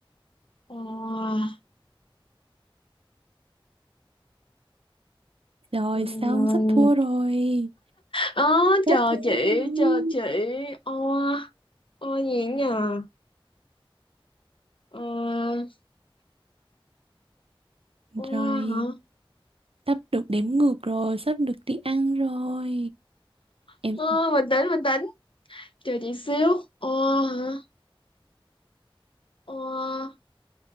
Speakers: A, on the left; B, on the right.
A: oa
B: Rồi
A: Ừm,
B: xong sắp thua rồi.
A: ớ
B: Sắp
A: chờ
B: thua
A: chị
B: rồi.
A: chờ chị oa oa gì nhờ oa oa
B: Rồi,
A: hả
B: sắp được đếm ngược rồi, sắp được đi ăn rồi. Em
A: Ơ, bình tĩnh bình tĩnh chờ chị xíu oa hả oa